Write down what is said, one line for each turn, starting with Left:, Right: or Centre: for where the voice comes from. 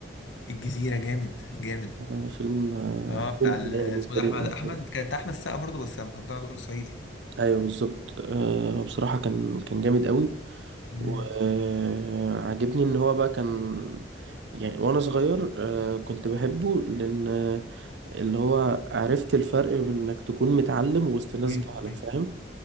Left: الجزيره جامد جامد
Right: آه، فيلم آه،
Left: اه بتاع
Right: توب
Left: ال- اسمه
Right: يعني بالنسبة
Left: ده
Right: لي
Left: احمد
Right: أنا
Left: احمد
Right: بحب
Left: كانت احمد السقا برضه بس كان طالع دور صعيدي
Right: ايوه بالظبط آه، بصراحة كان كان جامد قوي
Left: امم
Right: وعجبني ان هو بقى كان يعني وانا صغير آه، كنت بحبه لان آه، اللي هو عرفت الفرق بين انك تكون متعلم وسط ناس
Left: ايوه
Right: جهلة
Left: ايوه
Right: فاهم